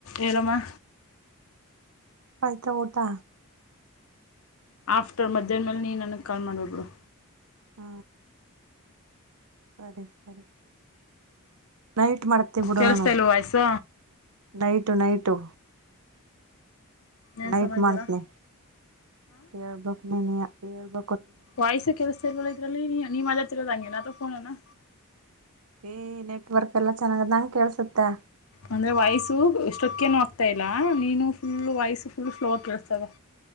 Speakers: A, on the left (about 65°); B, on the right (about 75°).
A: ಎಲ್ಲೋಮಾ.
B: ಆಯ್ತಾ ಊಟಾ.
A: ಆಫ್ಟರ್ ಮಧ್ಯಾಹನ್ಮೇಲೆ ನೀ ನನಗೆ ಕಾಲ್ ಮಾಡ್ಮೇಲೆ ಬಿಡು.
B: ಹ. ಸರಿ ಸರಿ ನೈಟ್. ಟ್ ಮಾಡ್ತಿ ಬಿಡು
A: ಕೇಳಿಸ್ತಾ
B: ನಾನು
A: ಇಲ್ವ ವಾಯ್ಸು
B: ನೈಟು ನೈಟು.
A: ಏನು
B: ನೈಟ್
A: ಸಮಾಚಾರ
B: ಮಾಡ್ತೀನಿ ಹೇಳ್ಬಕ್ ನೀನೆಯಾ ಹೇಳ್ಬ.
A: ವಾಯ್ಸೇ ಕೆಳಸ್ತಿಲ್ವಲ್ಲಾ ಇದ್ರಲ್ಲಿ ನೀ ನೀ ಮಾತಾಡ್ತಿರೋದೆ ಹಂಗೆನಾ ಫೋನನಾ.
B: ಏ ನೆಟ್ವರ್ಕ್ ಎಲ್ಲಾ ಚೆನ್ನಾಗದ ನಂಗ್ ಕೇಳಸುತ್ತೇ.
A: ಅಂದ್ರೆ ವಾಯ್ಸು ಸ್ಟ್ರಕ್ಕೇನು ಆಗ್ತಾ ಇಲ್ಲಾ ನೀನು ಫುಲ್ ವಾಯ್ಸು ಫುಲ್ ಫ್ಲೋ ಆಗಿ ಕೆಳಸ್ತಾಯದೆ.